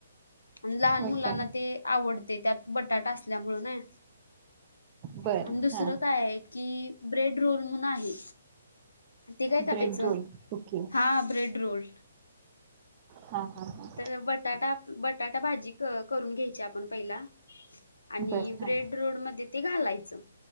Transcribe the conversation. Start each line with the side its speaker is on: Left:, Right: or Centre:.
Left: आणि लहान
Right: होय
Left: मुलांना
Right: काय
Left: ते आवड ते त्यात बटाटा असल्यामुळे ना
Right: बर
Left: आणि दुसरं
Right: हा
Left: काय आहे कि ब्रेड रोल म्हणु आहे ते काय करायचं
Right: ब्रेड रोल ओके
Left: हा ब्रेड रोल.
Right: हा हा हा
Left: तर बटाटा बटाटा भाजी करून घ्यायची आपण पहिला आणि
Right: बर
Left: ब्रेड
Right: हा
Left: रोड मध्ये ते घालायचं